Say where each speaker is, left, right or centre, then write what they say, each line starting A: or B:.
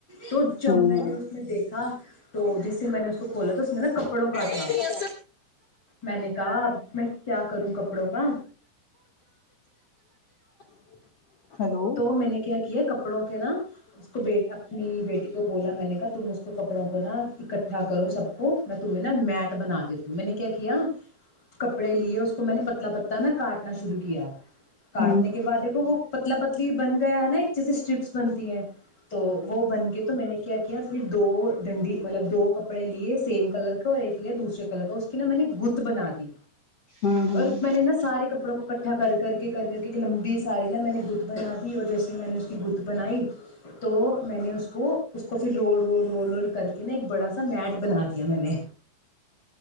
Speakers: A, on the left; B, on the left.
A: تو
B: ہ
A: جب میں نے
B: ہ
A: اس میں دیکھا تو جیسے میں نے اس کو بولا تھا اس میں نا کپڑوں کا
B: ہلو
A: تھا میں نے کہا اب میں کیا کروں کپڑوں کا
B: ہ ہلو
A: تو میں نے کیا کیا کپ کپڑوں کے نا اس کو بی اپنی بیٹی تو بولا میں نے کہا تم اس کو کپڑوں کو نا اکٹھا کرو سب کو میں تمہیں نا میٹ بنا دیتی ہوں میں نے کیا کیا کپڑے لیے اس کو میں نے پتلا پتا نا کاٹنا شروع کیا
B: ہ
A: کاٹنے کے بعد دیکھو وہ پتلا پ بن گیا ہے نا ایک جیسے اسٹرپس بنتی ہیں تو وہ بن کے تو میں نے کیا کیا پھر دو ڈنڈی مطلب دو کپڑے لیے سیم کلر کا اور ایک لیے دوسرے کلر کا اس کی نا میں نے گ بنا دی
B: ہ ہ ہ
A: اور
B: ہ
A: میں نے نا سارے کپڑوں کو اٹھا کر کے کر کر کے ایک لمبی سے ساری نا میں نے گ بنا دی اور جیسے میں نے اس کی گت بنائی تو میں نے اس کو اس کو پھر رول رول رول رول کر کے نا ایک بڑا سا میٹ بنا دیا میں نے